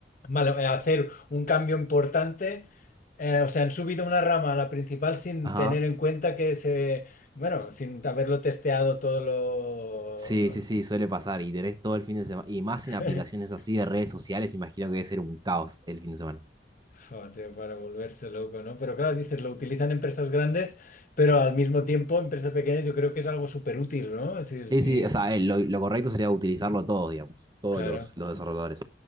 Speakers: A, on the left; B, on the right.
A: Vale, eh, hacer un cambio importante, eh, o sea, han subido una rama a la principal sin
B: Ajá.
A: tener en cuenta que se, bueno, sin haberlo testeado todo lo...
B: Sí, sí, sí, suele pasar y tenés todo el fin de semana, y más
A: <laughs>
B: en aplicaciones así de redes sociales, imagino que debe ser un caos el fin de semana.
A: Joder, para volverse loco, ¿no? Pero claro, dices, lo utilizan empresas grandes, pero al mismo tiempo empresas pequeñas yo creo que es algo súper útil, ¿no? Es decir,
B: Sí,
A: sí,
B: sí, o sea, eh, lo, lo correcto sería utilizarlo todos, digamos, todos
A: claro.
B: los, los desarrolladores.